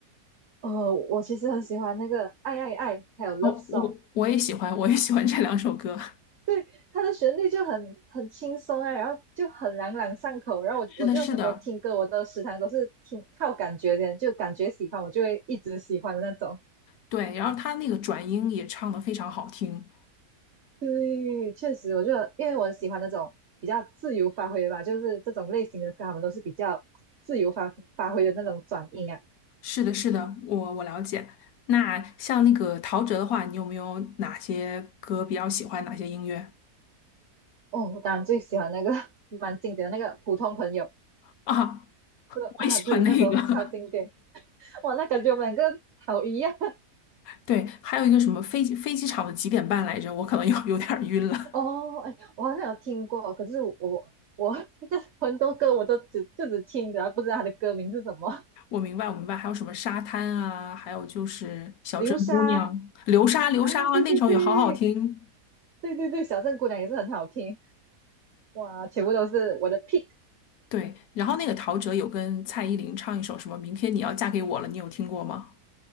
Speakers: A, on the right (about 55°); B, on the left (about 70°).
A: 呃，我其实很喜欢那个《爱爱爱》还有《Love
B: 哦，
A: Song》，
B: 我我也喜欢，我也喜欢这两首歌。
A: 对它的旋律就很很轻松啊，然后就很朗朗上口。然后我我就很多听歌，
B: <laughs> 是的，是的，
A: 我的时常都是听靠感觉的，就感觉喜欢我就会一直喜欢的那种。
B: 对。然后他那个转音也唱的非常好听。
A: 对，确实，我觉得因为我喜欢那种比较自由发挥的吧，就是这种类型的歌，他们都是比较自由发发挥的那种转音啊。
B: 是的，是的，我我了解。那像那个陶喆的话，你有没有哪些歌比较喜欢？哪些音乐
A: 哦，我当然最喜欢那个 <laughs> 蛮经典的那个普通朋友。
B: 啊？
A: 这个啊，
B: 我也喜欢那个。
A: 对，那时候超经典，哇，那感觉我们两个好一样
B: <laughs> 对，还有一个什么飞机飞机场的几点半来着？我可能有有点儿晕了。
A: <laughs> 哦。哎，我好像有听过，可是我我 <laughs> 很多歌我都只就只听着，不知道他的歌名是什么。
B: <laughs> 我明白，我明白。还有什么沙滩啊？还有就是小镇姑娘、
A: 流沙
B: 流沙，流沙啊，
A: 啊，对对对
B: 那首也好好听。
A: 对对对，小镇姑娘也是很好听，哇，全部都是我的 pick。
B: 对，然后那个陶喆有跟蔡依林唱一首什么“明天你要嫁给我了”，你有听过吗？